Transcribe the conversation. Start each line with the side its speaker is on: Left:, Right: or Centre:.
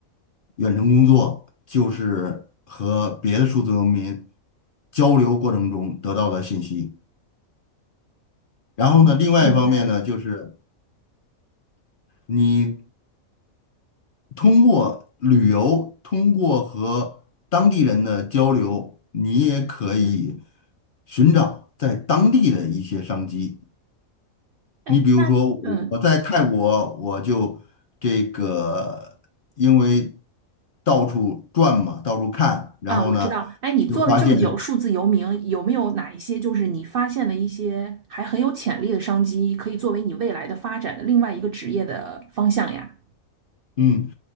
Left: 远程工作，就是和别的数字游民交流过程中得到的信息。然后呢，
Right: 嗯，
Left: 另外一方面呢，
Right: 明白了。
Left: 就是你通过旅游，通过和当地人的交流，你也可以寻找在当地的一些商机。
Right: 哎，
Left: 你比如说，
Right: 那。
Left: 我我在泰国，
Right: 嗯，
Left: 我就这个，因为到处转嘛，到处看，然后呢，
Right: 啊，我知道。哎，你做了这么久数字游民，
Left: 就发现，
Right: 有没有哪一些就是你发现的一些还很有潜力的商机，可以作为你未来的发展的另外一个职业的方向呀？
Left: 嗯，